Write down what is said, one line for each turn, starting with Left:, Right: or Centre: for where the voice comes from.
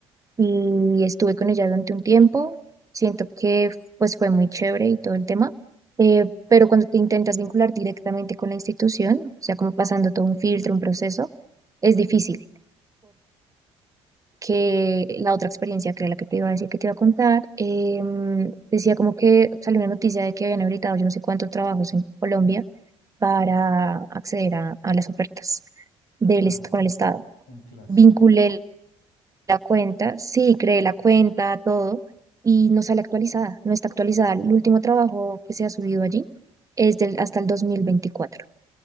Right: y estuve con ella durante un tiempo. Siento que pues fue muy chévere y todo el tema, eh, pero cuando te intentas vincular directamente con la institución, o sea, como pasando todo un filtro, un proceso, es difícil porque la otra experiencia, que era la que te iba a decir que te iba a contar, em, decía como que salió una noticia de que habían habilitado yo no sé cuántos trabajos en Colombia para acceder a, a las ofertas. del,
Left: Ah,
Right: est- con el Estado.
Left: un clásico.
Right: Vinculé la cuenta, sí, creé la cuenta, todo, y no sale actualizada, no está actualizada. El último trabajo que se ha subido allí es del, hasta el dos mil veinticuatro